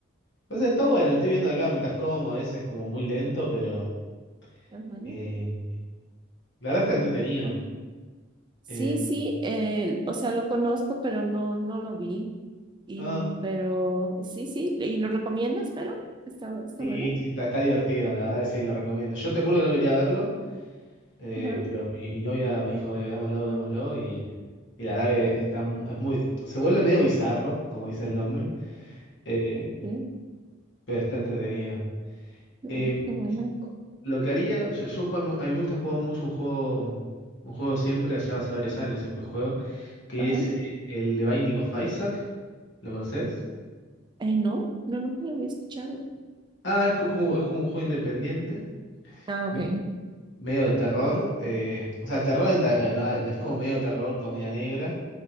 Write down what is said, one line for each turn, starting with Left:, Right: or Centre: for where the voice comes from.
Left: Entonces está bueno, estoy viendo acá mientras como, a veces como muy lento, pero
Right: ajá.
Left: eh, la verdad está
Right: Ok.
Left: entretenido.
Right: Sí,
Left: Eh,
Right: sí, eh, o sea, lo conozco, pero no, no lo vi. Y,
Left: ah,
Right: m- pero sí, sí, y lo recomiendas, pero está, está
Left: sí,
Right: bueno.
Left: sí, está, está divertido, la verdad que sí, lo recomiendo. Yo te juro que no quería verlo, eh,
Right: Ajá.
Left: pero mi, mi novia me dijo, "Eh, veámoslo, veámoslo, y, y la verdad que está, mu- es muy, se vuelve medio bizarro,
Right: Ok,
Left: como dice el nombre, eh,
Right: sí,
Left: pero está entretenido.
Right: no,
Left: Eh,
Right: qué buena.
Left: Lo que haría, yo, yo juego- a mí me gusta jugar mucho un juego, un juego siempre, allá hace varios años siempre juego, que
Right: Ajá.
Left: es eh, el de Binding of Isaac. ¿Lo conoces?
Right: Eh, no, no, nunca lo había escuchado.
Left: Ah, es co- como, es como un juego independiente,
Right: Ah, ok.
Left: me- medio de terror. eh, o sea, terror en ta- eh, no, es como medio terror, comedia negra.